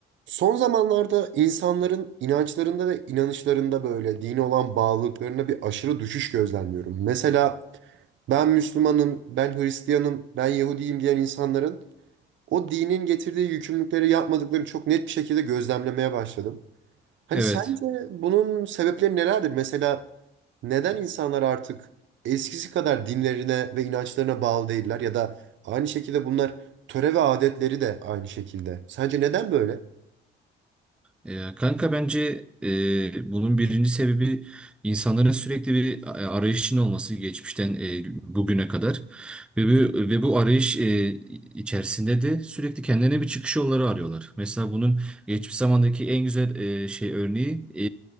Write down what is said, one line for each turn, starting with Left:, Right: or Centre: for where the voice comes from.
Right: Son zamanlarda insanların inançlarında ve inanışlarında böyle dine olan bağlılıklarına bir aşırı düşüş gözlemliyorum. Mesela ben Müslümanım, ben Hristiyanım, ben Yahudiyim diyen insanların o dinin getirdiği yükümlülükleri yapmadıklarını çok net bir şekilde gözlemlemeye başladım. Hani
Centre: Evet.
Right: sence bunun sebepleri nelerdir? Mesela neden insanlar artık eskisi kadar dinlerine ve inançlarına bağlı değiller ya da aynı şekilde bunlar töre ve adetleri de aynı şekilde. Sence neden böyle?
Centre: Ee, kanka bence e, bunun birinci sebebi insanların sürekli bir e, arayış içinde olması geçmişten e, bugüne kadar ve bu, ve bu arayış e, içerisinde de sürekli kendilerine bir çıkış yolları arıyorlar. Mesela bunun geçmiş zamandaki en güzel e, şey örneği e,